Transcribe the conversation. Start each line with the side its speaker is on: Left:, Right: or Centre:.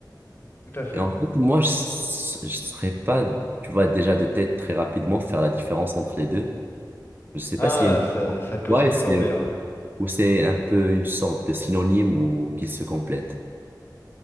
Left: Tout à fait.
Right: Et en fait, moi, je ne serais pas, tu vois, déjà de tête très rapidement faire la différence entre les deux. Je sais
Left: Ah,
Right: pas s'il y a une différence
Left: ça, ça
Right: pour
Left: peut
Right: toi
Left: se ressembler,
Right: et c'est
Left: hein.
Right: ou c'est un peu une sorte de synonyme ou qu'ils se complètent.